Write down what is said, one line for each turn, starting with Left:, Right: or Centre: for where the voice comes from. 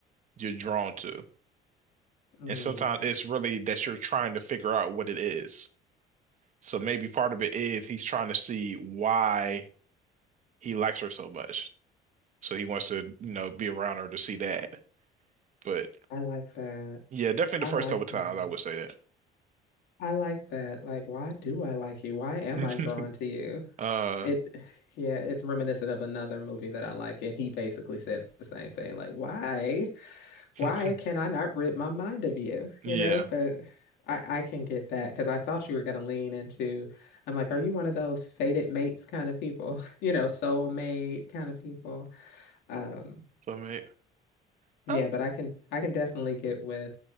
Right: you're drawn to.
Left: hmm,
Right: And sometimes it's really that you're trying to figure out what it is. So maybe part of it is he's trying to see why he likes her so much. So he wants to, you know, be around her to see that. But
Left: I like that.
Right: yeah, definitely
Left: I
Right: the first
Left: like
Right: couple times
Left: that.
Right: I would say
Left: I like that. Like, why do I like you? Why am
Right: that.
Left: I drawn to you?
Right: <laughs> Uh,
Left: It, yeah, it's reminiscent of another movie that I like, and he basically said the same thing. Like, why?
Right: <laughs>
Left: why can I not rid my mind of you?
Right: yeah.
Left: You know, but I, I can get that because I thought you were going to lean into, I'm like, are you one of those fated mates kind of people? <laughs> You know, soulmate kind of people. Um,
Right: So mate.
Left: yeah,
Right: oh,
Left: but I can I can definitely get with